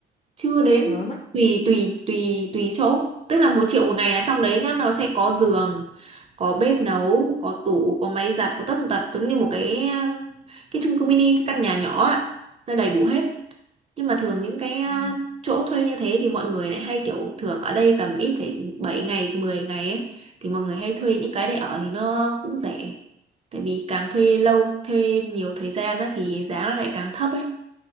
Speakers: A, on the right (about 30°); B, on the left (about 35°).
A: chưa đến
B: trời ơi, mắc
A: tùy tùy tùy tùy chỗ tức là một triệu một ngày là trong đấy nhá nó sẽ có giường có bếp nấu có tủ có máy giặt có tất tần tật giống như một cái cái chung cư mini cái căn nhà nhỏ ạ nó đầy đủ hết nhưng mà thường những cái à,
B: Ừ.
A: chỗ thuê như thế thì mọi người lại hay kiểu thường ở đây tầm ít phải 7 ngày 10 ngày ấy thì mọi người hay thuê những cái để ở thì nó cũng rẻ tại vì càng thuê lâu thuê nhiều thời gian á, thì giá nó lại càng thấp ấy